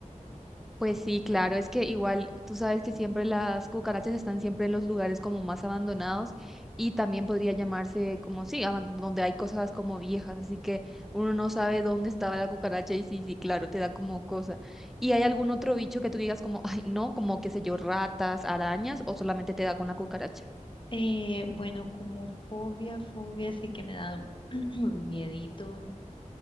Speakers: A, in the centre; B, on the left.
A: Pues sí, claro, es que igual tú sabes que siempre las cucarachas están siempre en los lugares como más abandonados y también podría llamarse como sí, aban- donde hay cosas como viejas, así que uno no sabe dónde estaba la cucaracha y sí, sí, claro, te da como cosa. ¿Y hay algún otro bicho que tú digas como, ay, no, como qué sé yo, ratas, arañas o solamente te da con la cucaracha?
B: Eh, bueno, como fobia, fobia sí que me da <clears throat> miedito.